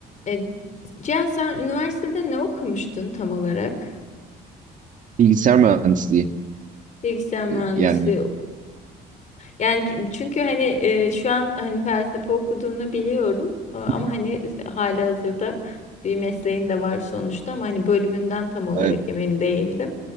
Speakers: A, on the left; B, on the right.
A: E, Cihan sen üniversitede ne okumuştun tam olarak?
B: Bilgisayar mühendisliği.
A: Bilgisayar mühendisi
B: E, Yani
A: yok. Yani ç- çünkü hani e, şu an hani felsefe okuduğunu biliyorum E, ama
B: Hı hı.
A: hani halihazırda bir mesleğin de var sonuçta ama hani bölümünden tam olarak
B: evet
A: emin değildim.